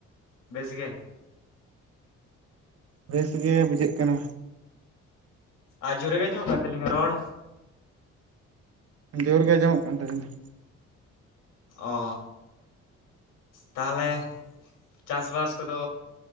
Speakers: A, on the left; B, on the right.
A: ᱫᱵᱮᱥ ᱜᱮ᱾
B: ᱵᱮᱥ ᱜᱮ ᱵᱩᱡᱷᱟᱹᱜ ᱠᱟᱱᱟ᱾
A: ᱟᱨ ᱡᱳᱨ ᱜᱮ ᱟᱸᱡᱚᱢᱜ ᱠᱟᱱ ᱛᱟᱹᱞᱤᱧᱟ ᱨᱚᱲ?
B: ᱡᱳᱨᱜ ᱜᱮ ᱟᱸᱚᱢᱚᱜ ᱠᱟᱱ ᱛᱟᱹᱵᱤᱱᱟ᱾
A: ᱚ ᱛᱟᱦᱚᱞᱮ, ᱪᱟᱥ ᱵᱟᱥ ᱠᱚᱫᱚ